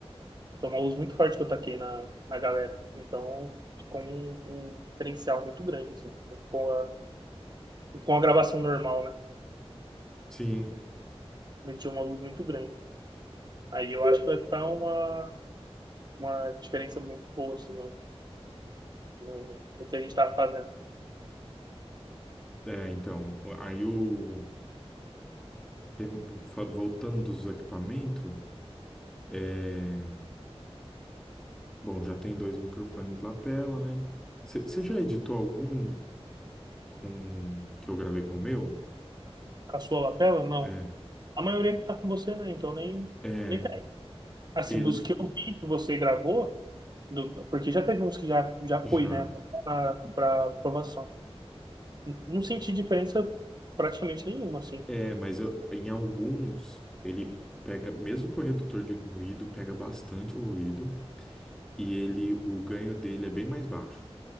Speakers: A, on the right; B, in the centre.
A: Foi uma luz muito forte que eu taquei na, na galera. Então, ficou um, um diferencial muito grande, assim. Não Ficou a, não ficou uma gravação normal, né?
B: Sim,
A: meti uma luz muito grande. Aí eu acho que vai ficar uma, uma diferença muito boa, assim, no, no, no que a gente tá fazendo.
B: é, então. Aí o. que- fa- Voltando dos equipamentos. é, Bom, já tem dois microfones de lapela, né? Você já editou algum com que eu gravei com o meu?
A: Com a sua lapela? Não.
B: É,
A: A maioria que tá com você, né? Então nem,
B: é,
A: nem pega. Assim,
B: ele
A: dos que eu vi que você gravou, do- porque já teve uns que já, já
B: já.
A: fui né? Pra, pra aprovação. Não senti diferença praticamente nenhuma, assim.
B: É, mas eu- em alguns ele pega, mesmo com o redutor de ruído, pega bastante o ruído e ele, o ganho dele é bem mais baixo.